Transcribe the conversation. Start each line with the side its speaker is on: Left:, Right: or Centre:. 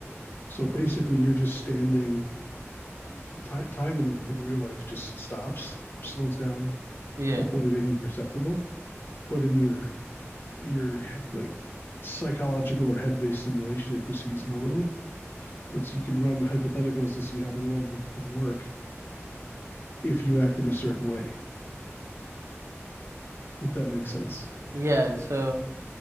Left: So basically, you're just standing Ti- time in, in real life just stops or slows down to
Right: Yeah.
Left: the point of being imperceptible. But in your your like psychological or head based simulation, it proceeds normally. And so you can run hypotheticals to see how the world would, would work if you acted a certain way, if that makes sense.
Right: Yeah, so